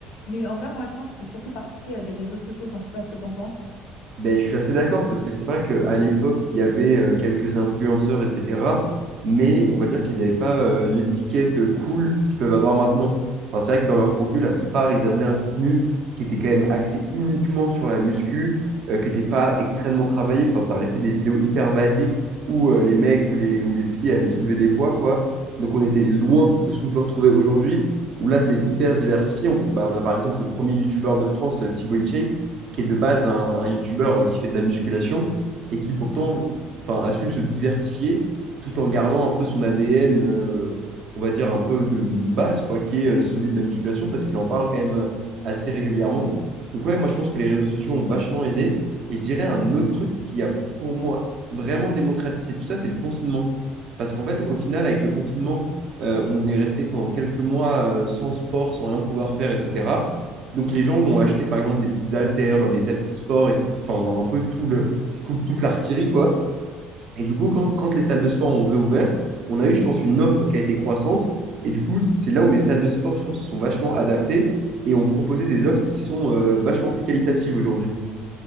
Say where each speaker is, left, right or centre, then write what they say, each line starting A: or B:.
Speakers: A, on the left; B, on the right.
A: Mais en vrai, moi, je pense que c'est surtout parti euh, des réseaux sociaux, enfin, je sais pas ce que t'en penses.
B: Ben, je suis assez d'accord parce que c'est vrai qu'à l'époque, il y avait euh, quelques influenceurs, etc. Mais on va dire qu'ils n'avaient pas euh, l'étiquette euh, cool qu'ils peuvent avoir maintenant. Enfin, c'est vrai que dans leur contenu, la plupart, ils avaient un contenu qui était quand même axé uniquement sur la muscu, euh, qui n'était pas extrêmement travaillé. Enfin, ça restait des vidéos hyper basiques où euh, les mecs ou les, ou les filles allaient soulever des poids, quoi. Donc on était loin de ce qu'on peut retrouver aujourd'hui, où là, c'est hyper diversifié. On, bah, on a par exemple le premier youtubeur de France, euh, Thibaut InShape qui est de base un, un youtubeur euh, qui fait de la musculation et qui pourtant enfin, a su se diversifier tout en gardant un peu son ADN, euh, on va dire un peu de, de- de base, quoi, qui est euh, celui de la musculation parce qu'il en parle quand même euh, assez régulièrement. Donc, ouais, moi je pense que les réseaux sociaux ont vachement aidé. Et je dirais un autre truc qui a pour moi vraiment démocratisé tout ça, c'est le confinement. Parce qu'en fait, au final, avec le confinement, euh, on est resté pendant quelques mois euh, sans sport, sans rien pouvoir faire, etc. Donc les gens ont acheté par exemple des petits haltères, des tapis de sport, etc. Enfin, un peu tout le, tout- toute l'artillerie, quoi. Et du coup, quand, quand les salles de sport ont réouvert, on a eu, je pense, une offre qui a été croissante. Et du coup, c'est là où les salles de sport, je trouve, se sont vachement adaptées et ont proposé des offres qui sont euh, vachement plus qualitatives aujourd'hui.